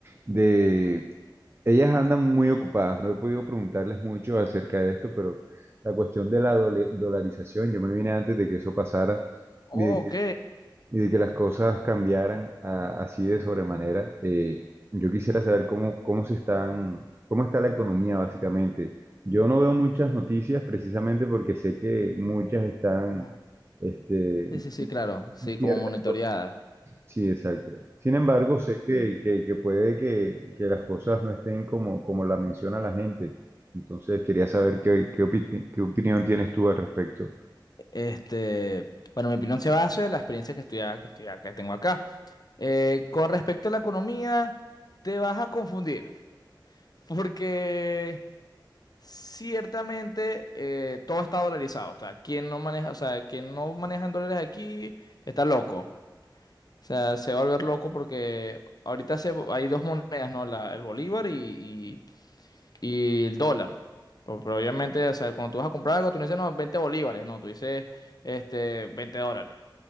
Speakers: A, on the right; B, on the left.
A: de Ellas andan muy ocupadas, no he podido preguntarles mucho acerca de esto, pero la cuestión de la dole- dolarización, yo me vine antes de que eso pasara
B: Ok.
A: y de que, y de que las cosas cambiaran a- así de sobremanera. Eh, yo quisiera saber cómo, cómo se están, cómo está la economía básicamente. Yo no veo muchas noticias precisamente porque sé que muchas están
B: Ah,
A: este,
B: Sí, sí, sí, claro, sí,
A: inciertas
B: como monitoreada.
A: Sí, exacto. Sin embargo, sé que, que- que puede que, que las cosas no estén como, como la menciona la gente. Entonces, quería saber qué, qué, opi- qué opinión tienes tú al respecto.
B: Este, bueno, mi opinión se basa en la experiencia que estoy, a- que estoy, a- que tengo acá. Eh, con respecto a la economía, te vas a confundir, porque ciertamente eh, todo está dolarizado. O sea, quien no maneja, o sea, quien no maneja en dólares aquí está loco. O sea, se va a volver loco porque ahorita se, hay dos monedas, ¿no? La, el bolívar y, y- y el dólar. Pero, pero obviamente, o sea, cuando tú vas a comprar algo, tú no dices, no, 20 bolívares, no, tú dices, este, 20 dólares.